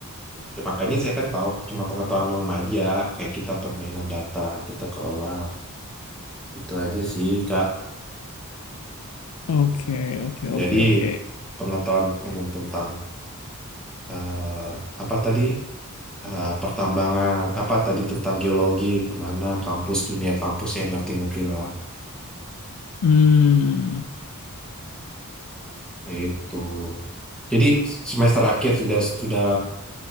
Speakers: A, in the centre; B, on the left (about 70°).
A: ya makanya saya kan tahu cuma pengetahuan umum aja kayak kita permainan data kita kelola itu aja sih Kak.
B: Oke oke
A: Jadi
B: oke oke.
A: pengetahuan umum tentang eh, apa tadi Eh, pertambangan apa tadi tentang geologi kemana kampus dunia kampus ya ngerti-ngerti lah
B: Hmm
A: itu. Jadi semester akhir sudah sudah